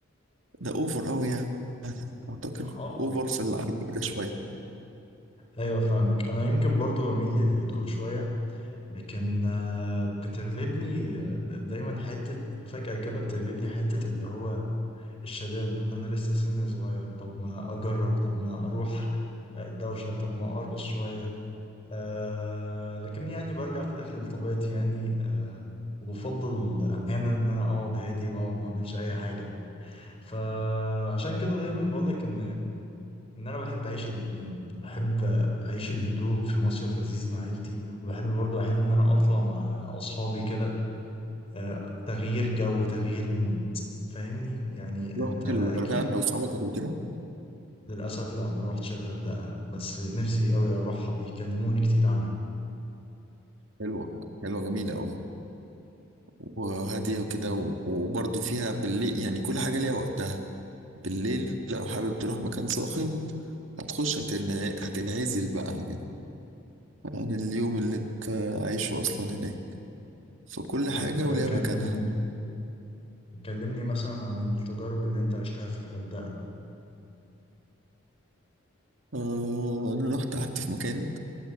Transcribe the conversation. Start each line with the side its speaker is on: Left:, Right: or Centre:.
Right: ده أوفر أوي يعني أعتقد
Left: اه
Right: أوفر في العجيبة شوية
Left: ايوه فاهمك انا يمكن برضو بميل للهدوء شوية لكن آه، بتغلبني آه، دايما حتة فجأة كده بتغلبني حتة اللي هو الشباب وان انا لسه سني صغير طب ما اجرب طب ما اروح الدوشة طب ما ارقص شوية آه لكن يعني برجع في الآخر لطبيعتي يعني آه وبفضل أحيانا إن أنا أقعد هادي وأقعد ما أعملش أي حاجة فعشان كده دايما بقول لك إن إن أنا بحب أعيش الاتنين بحب أعيش الهدوء في مصيف لذيذ مع عيلتي وبحب برضو أحيانا إن أنا أطلع مع أصحابي كده آه تغيير جو تغيير مود فاهمني يعني
Right: رحت
Left: أنت أكيد
Right: الغردقة أنت وأصحابك قبل كده
Left: للأسف لا ما روحتش الغردقة بس نفسي أوي أروحها بيكلموني كتير عنها
Right: حلوة حلوة جميلة أوي وهادية
Left: مم.
Right: وكده و- وبرضه فيها بالليل يعني كل حاجة ليها وقتها بالليل لو حابب تروح مكان صاخب هتخش هتنع- هتنعزل بقى عن عن اليوم اللي أنت عايشه أصلا هناك فكل حاجة
Left: طيب
Right: وليها
Left: كلمني
Right: مكانها
Left: كلمني مثلا عن التجارب اللي انت عشتها في الغردقة
Right: آه أنا رحت قعدت في مكان